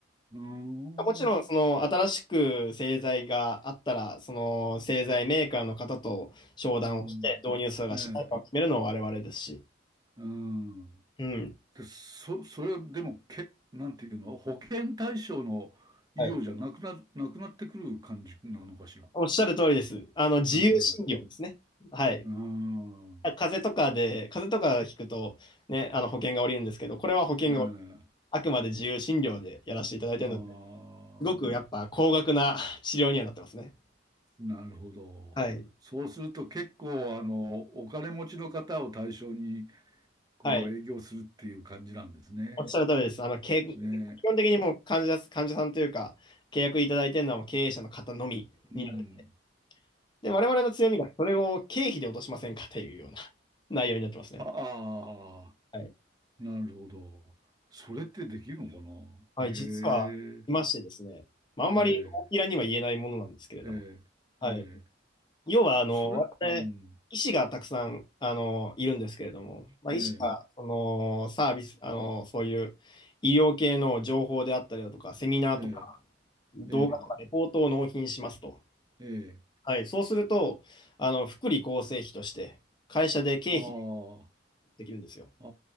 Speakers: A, on the right; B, on the left.
A: うーん、
B: もちろん、
A: う
B: その、新しく製剤があったら、その、製剤メーカーの方と商談をして、
A: ん、
B: 導入数がしないかを決めるのは我々ですし。
A: ええ、うん。
B: うん。
A: で、そ、それはでも、け、なんていうの保険対象の医療じゃなくな、
B: はい。
A: なくなってくる感じなのかしら。
B: おっしゃる通りです。あの、自由診療ですね。
A: うん。
B: はい。
A: うん。
B: 風邪とかで、風邪とか聞くと、ね、あの、保険が下りるんですけど、これは保険が、
A: うん。
B: あくまで自由診療でやらせていただいているので、
A: ああ、
B: すごくやっぱ高額な治療にはなってますね。
A: なるほど。
B: はい。
A: そうすると結構、あの、お金持ちの方を対象に、こう、
B: はい。
A: 営業するっていう感じなんですね。
B: おっしゃる通りです。あの、け、基
A: ね。
B: 本的にもう患者、患者さんというか、契約いただいてるのはもう経営者の方のみになってる。
A: うん。
B: で、我々の強みがそれを経費で落としませんかというような <laughs> 内容になってますね。
A: ああ、
B: はい。
A: なるほど。それってできるのかなへえ、
B: はい、実は、いましてですね。まあ、あんまり大きらには言えないものなんですけれども。
A: ええ。ええ、
B: はい。
A: ええ、
B: 要は、あの、
A: それ、
B: 我々、
A: うん、
B: 医師がたくさん、あの、いるんですけれども、まあ、
A: ええ、
B: 医師が、その、サービス、あの、そういう医療系の情報であったりだとか、セミナーとか、
A: ええ、
B: 動画とかレポートを納品しますと。
A: ええ、ええ、
B: はい。そうすると、あの、福利厚生費として、会社で経費
A: ああ、
B: できるんですよ。
A: あ